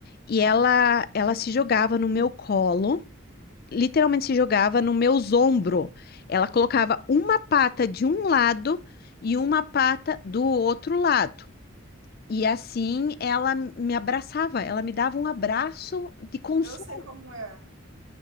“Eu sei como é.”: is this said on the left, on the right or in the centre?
Right